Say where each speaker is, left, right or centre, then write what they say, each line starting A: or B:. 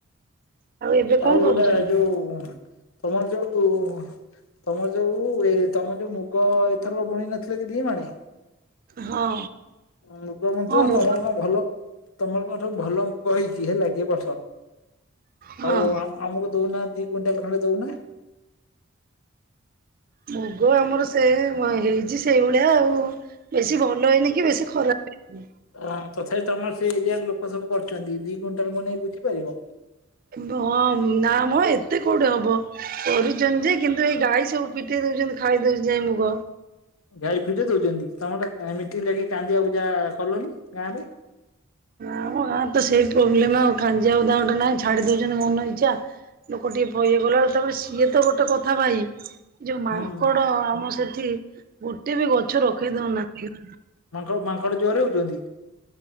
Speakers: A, on the right; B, on the left.
A: ଏବେ କଣ
B: ଆଉ ଗୋଟେ
A: କରୁଛନ୍ତି?
B: ଯୋଉ ତମର ଯୋଉ ତମର ଯୋଉ ଏ ତମ ଯୋଉ ମୁଗ ଏଥରକ ବୁଣି ନଥିଲେ କି ଦି ମାଣେ
A: ହଁ।
B: ମୁଖ୍ୟମନ୍ତ୍ରୀ
A: ହଁ
B: ଆ
A: ମୁଁ
B: ତମେ କ ଭଲ। ତମର କଣ ସବୁ ଭଲ ମୁଗ ହେଇଚି ହେଲା କି ଏ ବର୍ଷ
A: ହଁ।
B: ହୋଉ ଆମ୍ ଆମକୁ ଦୋଉନା ଦି କୁଇଣ୍ଟାଲ ଖଣ୍ଡେ ଦୋଉନା?
A: ମୁଗ ଆମର ସେ ହେଇଚି ସେଇଭଳିଆ ଆଉ ବେଶୀ ଭଲ ହେଇନି କି ବେଶୀ ଖରାପ ହେଇନି।
B: ଅଁ ତଥାପି ତମର ସେ ଏରିଆରେ ଲୋକ ସବୁ କରୁଚନ୍ତି ଦି କୁଇଣ୍ଟାଲ ମୋ ନାକୀ ବୁଝିପାରିବ?
A: ହଁ ନା ମ ଏତେ କୋଉଠି ହବ କରୁଚନ୍ତି ଯେ କିନ୍ତୁ ତୁ ଏଇ ଗାଈ ସବୁ ଫିଟେଇ ଦୋଉଚନ୍ତି ଖାଇଦୋଉଚି ଯାଇ ମୁଗ।
B: ଗାଈ ଫିଟେଇ ଦୋଉଚନ୍ତି ତମେ ଟେ ମିଟିଂ ଲଖି କାନ୍ଦିଆ କୁଜା କଲନି ଗାଁ ରେ।
A: ଆମ ଗାଁ ତ ସେଇ ପ୍ରୋବ୍ଲେମ ଆଉ କଞ୍ଜିଆଗୁଦା ଗୋଟେ ନାହିଁ ଛାଡି ଦୋଉଚନ୍ତି ମନ ଇଚ୍ଛା। ଲୋକ ଟିକେ ଭଇ ହେଇ ଗଲାଳକୁ ତାପରେ ସିଏ ତ ଗୋଟେ କଥା ଭାଇ। ଯୋଉ ମାଙ୍କଡ
B: ହୁଁ।
A: ଆମ ସେଠି ଗୋଟେ ବି ଗଛ ରଖେଇ ଦୋଉନାହାନ୍ତି <inaudible>
B: ମାଙ୍କ ମାଙ୍କଡ ଜୁହାର ହୋଉଚନ୍ତି?